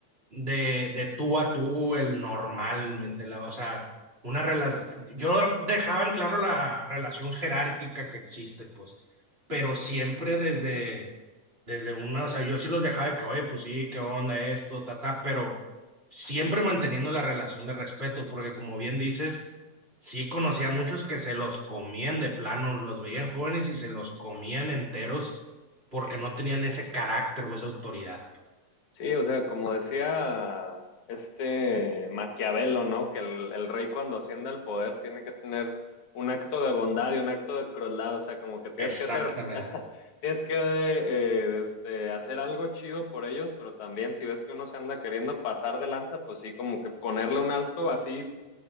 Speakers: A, on the right; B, on the left.
A: de, de tú a tú, el normal, ¿me entiendes? o sea, una relación, yo dejaba en claro la relación jerárquica que existe, pues, pero siempre desde, desde una, o sea, yo sí los dejaba de que, oye, pues sí, qué onda esto, ta, ta, pero siempre manteniendo la relación de respeto, porque como bien dices, sí conocía a muchos que se los comían de plano, los veían jóvenes y se los comían enteros porque
B: Sí,
A: no
B: sí,
A: tenían
B: sí.
A: ese carácter o esa autoridad.
B: Sí, o sea, como decía este Maquiavelo, ¿no? Que el, el rey cuando asciende al poder tiene que tener un acto de bondad y un acto de crueldad, o sea, como que tienes
A: Exactamente.
B: que hacer, <laughs> tienes que eh, este, hacer algo chido por ellos, pero también si ves que uno se anda queriendo pasar de lanza, pues sí, como que ponerle un alto así,